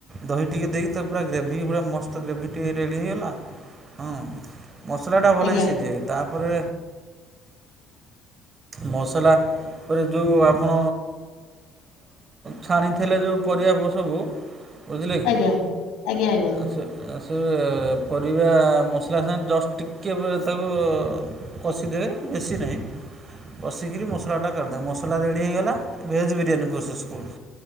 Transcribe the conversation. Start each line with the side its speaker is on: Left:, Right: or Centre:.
Right: ଦହି ଟିକେ ଦେଇକି ତ ପୁରା ଗ୍ରେଭି ପୁରା ମସ୍ତ ଗ୍ରେଭି ଟିକ ରେଡି ହେଇଗଲା ହଁ ମସଲାଟା ଭଲକି
Left: ଆଜ୍ଞା
Right: ସିଝେଇବେ ତାପରେ ମସଲା ପରେ ଯଉ ଆପଣ ଛାଣିଥିଲେ ଯେଉଁ ପରିବାପ ସବୁ ବୁଝିଲେ କି
Left: ଆଜ୍ଞା ଆଜ୍ଞା ଆଜ୍ଞା
Right: ସେ ସେ ପରିବା ମସଲା ସାଙ୍ଗେ ଜଷ୍ଟ ଟିକ କେବେ ତାକୁ କଷିଦେବେ ବେଶୀ ନାହିଁ କଷିକିରି ମସଲାଟା କରିାଦେଏ ମସଲା ରେଡ଼ି ହେଇଗଲା ଭେଜ ବିରିୟାନୀ ପ୍ରୋସେସ କହୁଛି